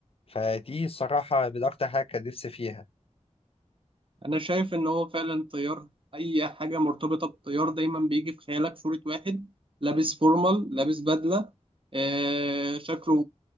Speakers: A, on the left; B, on the right.
A: فدي الصراحه من اكتر حاجه كان نفسي فيها
B: أنا شايف إن هو فعلا طيار أي حاجة مرتبطة بالطيار دايما بيجي في خيالك صورة واحد لابس فورمال لابس بدلة آه شكله